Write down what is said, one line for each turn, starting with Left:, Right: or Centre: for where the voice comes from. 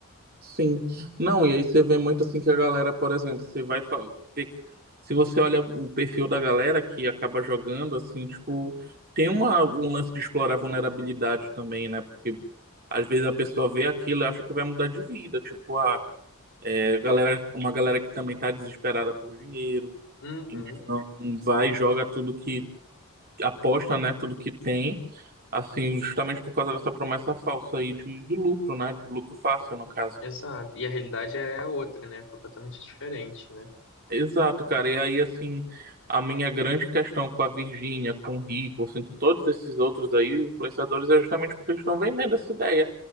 Right: sim. Não, e aí você vê muito assim que a galera, por exemplo, você vai. fa- ver- Se você olha o perfil da galera que acaba jogando, assim, tipo, tem uma, um lance de explorar vulnerabilidade também, né? Porque às vezes a pessoa vê aquilo e acha que vai mudar de vida. Tipo, ah. É galera, uma galera que também tá desesperada por dinheiro,
Left: Uhum.
Right: então vai e joga tudo que aposta, né, tudo que tem, assim, justamente por causa dessa promessa falsa aí de, de lucro, né, de lucro fácil no caso.
Left: Exato. E a realidade é outra, né? Completamente diferente, né?
Right: Exato, cara. E aí, assim, a minha grande questão com a Virgínia, com o Rico, assim, com todos esses outros aí, influenciadores, é justamente porque eles estão vendendo essa ideia.